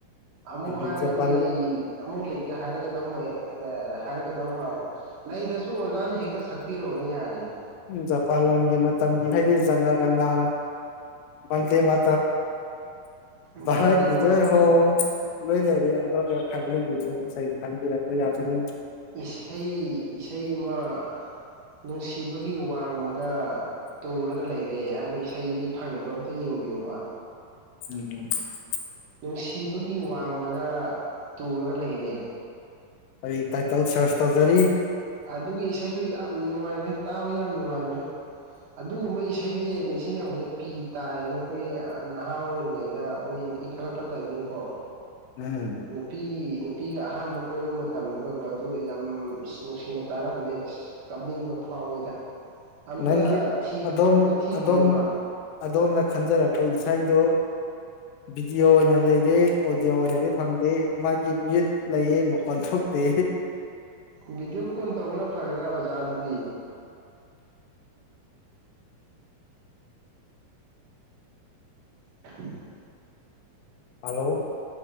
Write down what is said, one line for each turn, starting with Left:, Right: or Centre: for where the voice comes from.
Right: ꯑꯃꯨꯛ
Left: ꯑꯗꯨ
Right: ꯍꯥꯏꯔꯗꯤ
Left: ꯖꯄꯥꯟ
Right: ꯂꯩ ꯑꯃꯨꯛ ꯂꯩꯇꯦ ꯍꯥꯏꯔꯒꯗꯧ ꯃꯥꯏ ꯍꯥꯏꯔꯛꯒꯗꯧ ꯃꯥꯏ ꯂꯩꯗꯁꯨ ꯑꯣꯖꯥꯅ ꯍꯦꯛꯇ ꯁꯛꯄꯤꯔꯛꯑꯣꯅ ꯌꯥꯔꯦꯅꯦ
Left: ꯖꯄꯥꯟ ꯂꯥꯟꯒꯤ ꯃꯇꯝꯒꯤ ꯍꯥꯏꯗꯤ ꯖꯅꯒꯅ ꯃꯗꯤ ꯃꯥ
Right: ꯕꯟꯗꯦ
Left: ꯔꯀꯤꯖꯣꯏ
Right: ꯃꯥꯇ꯭ꯔ
Left: ꯍꯣ <unintelligible> ꯂꯣꯏ ꯂꯩꯔꯦ ꯑꯣ ꯈ ꯉ ꯈꯟꯕꯤꯔꯛꯄ ꯌꯥꯒꯅꯤ
Right: ꯏꯁꯩ ꯏꯁꯩꯃ ꯅꯨꯡꯁꯤꯕꯒꯤ ꯋꯥꯡꯃꯗ ꯇꯨꯔꯒ ꯂꯩꯔꯦ ꯍꯥꯏꯕ ꯏꯁꯩꯗꯨꯗꯤ ꯐꯪꯕ꯭ꯔꯣ ꯑꯝꯇ ꯌꯦꯡꯕꯤꯌꯣꯕ
Left: ꯎꯝ <unintelligible>
Right: ꯅꯨꯡꯁꯤꯕꯒꯤ ꯋꯥꯡꯃꯗ ꯇꯨꯔꯒ ꯂꯩꯔꯦ
Left: ꯑꯩꯔꯤ ꯇꯥꯏꯇꯜ ꯁꯔꯁ ꯇꯧꯖꯔꯤ
Right: ꯑꯗꯨꯒꯤ ꯏꯁꯩꯁꯨ ꯌꯥꯝ ꯅꯨꯡꯉꯥꯏꯕꯅꯤ ꯇꯥꯕ ꯌꯥꯝ ꯅꯨꯡꯉꯥꯏꯕꯅꯤ ꯑꯗꯨꯒꯨꯝꯕ ꯏꯁꯩꯁꯦ ꯅꯤꯡꯁꯤꯡꯉꯛꯕꯗ ꯄꯤ ꯇꯥꯏꯅ ꯑꯩꯈꯣꯏ ꯅꯍꯥ ꯑꯣꯏꯔꯤꯉꯩꯗ ꯑꯩꯈꯣꯏ ꯏꯟꯈꯠꯂꯛꯄ ꯇꯥꯏꯃꯤꯡ ꯀꯣ
Left: ꯎꯝ <unintelligible>
Right: ꯅꯨꯄꯤ ꯅꯨꯄꯤꯒ ꯑꯍꯥꯟꯕ ꯀꯣꯏꯕ ꯃꯇꯝꯗꯨꯒꯀꯣ ꯑꯗꯨ ꯌꯥꯝ ꯑꯁ ꯅꯨꯡꯁꯤ ꯅꯨꯡꯁꯤꯅ ꯇꯥꯔꯝꯕꯅꯦ ꯑ ꯀꯥꯞꯅꯤꯡꯕ ꯐꯥꯎꯋꯤꯗ ꯑꯝꯇ
Left: ꯅꯪꯒꯤ
Right: ꯊꯤ
Left: ꯑꯗꯣꯝ
Right: ꯑꯝꯇ ꯊꯤꯕꯤꯌꯣꯕ
Left: ꯑꯗꯣꯝ ꯑꯗꯣꯝꯅ ꯈꯟꯖꯔꯛꯄ ꯏꯁꯩꯗꯨ ꯚꯤꯗꯤꯑꯣ ꯑꯣꯏꯅ ꯂꯩꯔꯦ ꯑꯣꯗꯤꯌꯣ ꯑꯣꯏꯅꯗꯤ ꯐꯪꯗꯦ ꯃꯥꯒꯤ ꯃꯤꯨꯠ ꯂꯩꯌꯦ ꯃꯀꯣꯟ ꯊꯣꯛꯇꯦ
Right: ꯚꯤꯗꯤꯑꯣ ꯀꯣꯜ ꯇꯧꯕꯅ ꯐꯒꯗ꯭ꯔꯥ ꯑꯣꯖꯥ ꯑꯗꯨꯗꯤ <unintelligible>
Left: ꯍꯜꯂꯣ